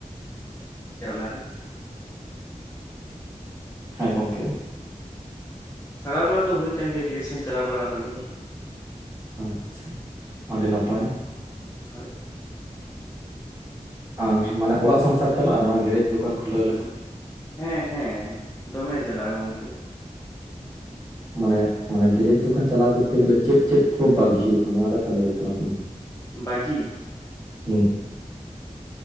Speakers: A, on the left; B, on the right.
A: ᱠᱮᱣᱟ ᱚᱱᱟᱨᱮ
B: ᱦᱮᱸ ᱜᱚᱢᱠᱮ᱾
A: ᱥᱟᱨᱟᱣ ᱵᱟᱲᱟ ᱫᱚ ᱦᱩᱭ ᱟᱠᱟᱱ ᱜᱮᱭᱟ ᱜᱤᱨᱮᱡ ᱥᱮᱱᱤᱧ ᱪᱟᱞᱟᱣ ᱵᱟᱲᱟ ᱟᱠᱟᱱ ᱜᱮᱭᱟ᱾
B: ᱟᱪᱪᱷᱟ ᱟᱹᱰᱤ ᱱᱟᱯᱟᱭ᱾
A: ᱦᱳᱭ
B: ᱟᱨ ᱢᱟᱱᱮ ᱚᱲᱟᱜ ᱥᱚᱝᱥᱟᱨ ᱪᱟᱞᱟᱜ-ᱟ ᱱᱚᱣᱟ ᱜᱮᱨᱮᱡᱽ ᱫᱚᱠᱟᱱ ᱠᱷᱩᱞᱟᱹᱣ ᱞᱮᱠᱷᱟᱱ?
A: ᱦᱮᱸ ᱦᱮᱸ ᱫᱚᱢᱮ ᱪᱟᱞᱟᱜ-ᱟ ᱜᱚᱢᱠᱮ᱾
B: ᱢᱟᱱᱮ ᱢᱟᱱᱮ ᱜᱮᱨᱮᱡ ᱫᱚᱠᱟᱱ ᱪᱟᱞᱟᱣ ᱠᱚᱛᱮ ᱜᱮᱞᱮ ᱪᱮᱫ ᱪᱮᱫ ᱠᱚ ᱵᱟᱹᱜᱤ ᱦᱩᱭᱩᱜ-ᱟ ᱱᱚᱣᱟ ᱠᱟᱛᱷᱟ ᱞᱟᱹᱭ ᱛᱟᱞᱟᱝ ᱢᱮ᱾
A: ᱵᱟᱹᱜᱤ
B: ᱦᱩᱸ